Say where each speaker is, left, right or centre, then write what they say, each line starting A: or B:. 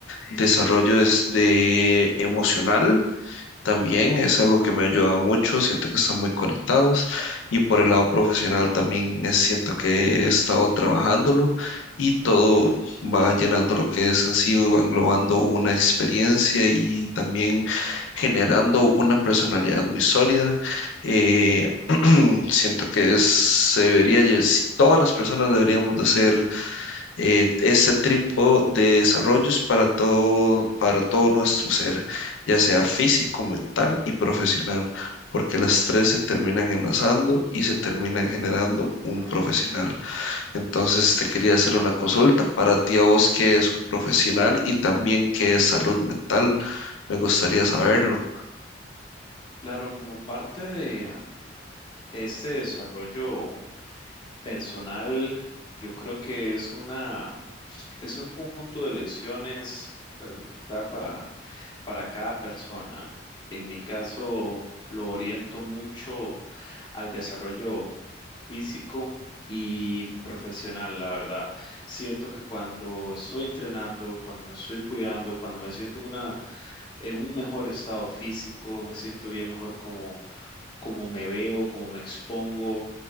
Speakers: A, on the left; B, on the left.
A: desarrollo es de emocional también es algo que me ha ayudado mucho, siento que están muy conectados y por el lado profesional también es- siento que he estado trabajándolo y todo va llenando lo que es en sí, va englobando una experiencia y también generando una personalidad muy sólida. Eh, <clears throat> siento que es- se debería, lle- todas las personas deberíamos de hacer eh, este tipo de desarrollos para todo, para todo nuestro ser, ya sea físico, mental y profesional, porque las tres se terminan enlazando y se terminan generando un profesional. Entonces te quería hacer una consulta para ti a vos que es un profesional y también que es salud mental. Me gustaría saberlo.
B: Claro, como parte de, um, de este desarrollo personal, yo creo que es una Es un conjunto de lecciones, ¿verdad? Para, para cada persona. En mi caso, lo oriento mucho al desarrollo físico y profesional, la verdad. Siento que cuando estoy entrenando, cuando me estoy cuidando, cuando me siento en una, en un mejor estado físico, me siento bien mejor como, como me veo, como me expongo